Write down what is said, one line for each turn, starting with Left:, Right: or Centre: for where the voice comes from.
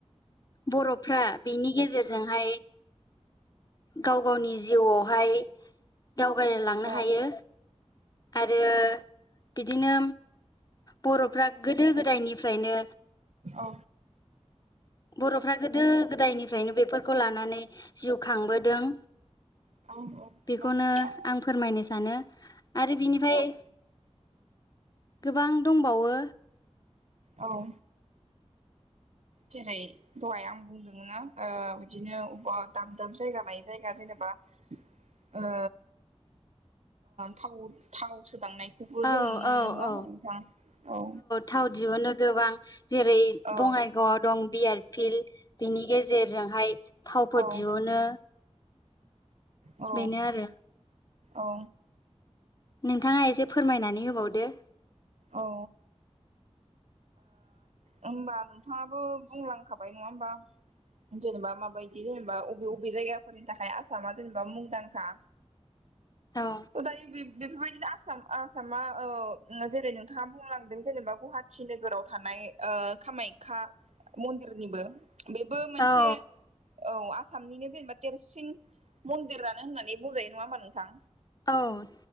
Left: बर'फ्रा बिनि गेजेरजोंहाय गाव गावनि जिउआवहाय दावगाय लांनो
Right: औ
Left: हायो आरो बिदिनो बर'फ्रा गोदो गोदायनिफ्रायनो
Right: औ
Left: बर'फ्रा गोदो गोदायनिफ्रायनो बेफोरखौ लानानै जिउ खांबोदों
Right: औ नंगौ
Left: बेखौनो
Right: नोंथां
Left: आं फोरमायनो सानो आरो बिनिफ्राय
Right: औ
Left: गोबां दंबावो
Right: औ जेरै दहाय आं बुंदोंना बिदिनो बबेबा दाब दाब जायगा लायै जायगा जेनेबा थाव सोदांनाय जों
Left: औ
Right: नुनो
Left: औ
Right: मोनो नङा
Left: औ
Right: होनबा नोंथां औ
Left: थाव दिहुनो गोबां जेरै
Right: औ
Left: बङाइगावआव दं बि आर फिल बिनि गेजेरजोंहाय थावफोर
Right: औ
Left: दिहुनो
Right: औ
Left: बेनो आरो
Right: औ
Left: नोंथाङा एसे फोरमायनानै होबावदो।
Right: औ ओ होमबा नोंथाङाबो बुंलांखाबाय नङा होमबा जेनेबा माबायदि जेनेबा अबे बबे जायगाफोरनि थाखाय आसामा जेनेबा मुंदांखा
Left: औ
Right: त' दायो बेफोरबायदिनो आसाम आसामा ओ जे- रै नोंथाङा बुंलांदों जेनेबा गौहाटि नोगोराव थानाय ओ कामायखा मन्दिरनिबो बेबो मोनसे
Left: औ
Right: औ आस सामनिनो जेनेबा देरसिन मन्दिरानो होननानै बुंजायो नङा होमबा नोंथां
Left: औ